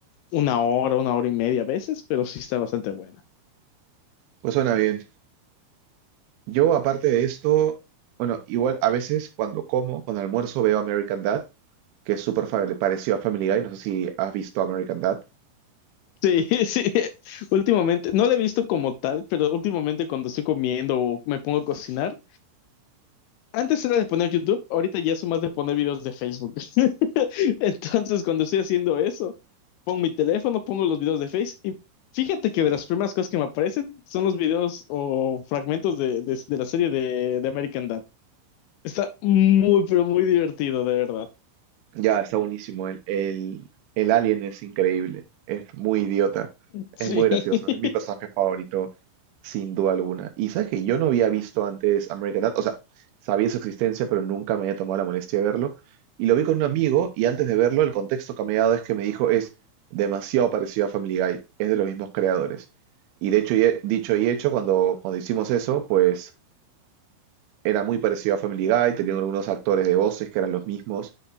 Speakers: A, on the left; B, on the right.
A: una hora, una hora y media a veces, pero sí está bastante buena.
B: Pues suena bien. Yo, aparte de esto, bueno, igual a veces cuando como, cuando almuerzo veo American Dad que es súper fa- parecido a Family Guy. No sé si has visto American Dad.
A: Sí, <laughs> sí, últimamente, no la he visto como tal, pero últimamente cuando estoy comiendo o me pongo a cocinar, Antes era de poner YouTube, ahorita ya son más de poner videos de Facebook. <laughs> Entonces, cuando estoy haciendo eso, pongo mi teléfono, pongo los videos de Face y fíjate que de las primeras cosas que me aparecen son los videos o fragmentos de, de- de la serie de, de American Dad. Está muy, pero muy divertido, de verdad.
B: Ya, está buenísimo. El, el, el alien es increíble. Es muy idiota.
A: Sí.
B: Es muy gracioso.
A: <laughs>
B: Es mi personaje favorito, sin duda alguna. Y sabes que yo no había visto antes American Dad. O sea, sabía su existencia, pero nunca me había tomado la molestia de verlo. Y lo vi con un amigo y antes de verlo, el contexto que me ha dado es que me dijo es demasiado parecido a Family Guy. Es de los mismos creadores. Y de hecho, y he- dicho y hecho, cuando, cuando hicimos eso, pues era muy parecido a Family Guy, teniendo algunos actores de voces que eran los mismos